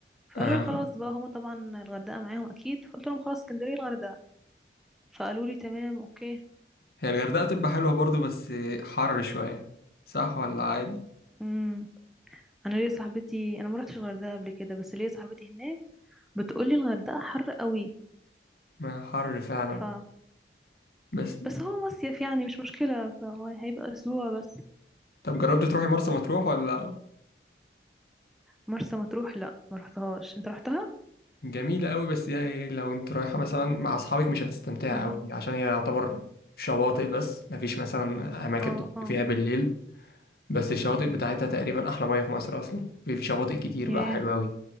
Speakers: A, in the centre; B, on the left (about 55°).
A: فقالوا
B: آه.
A: لي خلاص بقى هما طبعا الغردقة معاهم أكيد فقلت لهم خلاص اسكندرية الغردقة فقالوا لي تمام أوكي
B: هي الغردقة بتبقى حلوة برضو بس حر شوية صح ولا عادي؟
A: امم أنا ليا صاحبتي أنا ما رحتش الغردقة قبل كده بس ليا صاحبتي هناك بتقول لي الغردقة حر قوي
B: ما حر فعلا
A: ف
B: بس
A: بس هو مصيف يعني مش مشكلة فهو هيبقى أسبوع بس
B: طب جربت تروحي مرسى مطروح ولا
A: مرسى مطروح لا ما رحتهاش أنت رحتها؟
B: جميلة قوي بس هي إيه لو انت رايحة مثلا مع أصحابك مش هتستمتعي
A: امم
B: قوي عشان هي يعتبر شواطئ بس مفيش مثلا أماكن
A: اه
B: تخرج
A: اه
B: فيها بالليل بس الشواطئ بتاعتها تقريبا أحلى مية في مصر أصلا في في شواطئ كتير
A: ياه
B: بقى حلوة قوي